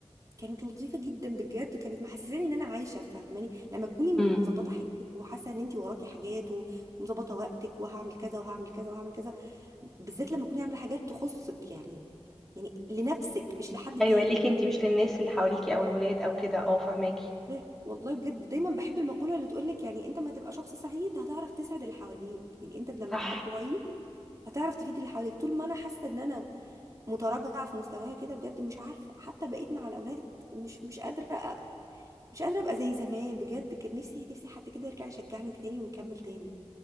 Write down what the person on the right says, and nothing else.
كانت لطيفه جدا بجد كانت محسساني ان انا عايشه فاهماني لما تكوني
مظبطه حياتك وحاسه ان انت وراكي حاجات ومظبطه وقتك وهعمل كذا وهعمل كذا وهعمل كذا بالذات لما تكوني عامله حاجات تخصك يعني يعني لنفسك مش لحد
تاني
اه
لا والله بجد دايما بحب المقولة اللي تقولك يعني انت ما تبقى شخص سعيد هتعرف تسعد اللي حواليك يعني انت لما
تبقى كويس هتعرف تفيد اللي حواليك طول ما انا حاسة ان انا متراجعة في مستوايا كده بجد مش عارفة حتى بقيت مع الاولاد مش مش قادرة أ- مش قادرة ابقى زي زمان بجد كان نفسي نفسي حد كده يرجع يشجعني تاني ونكمل تاني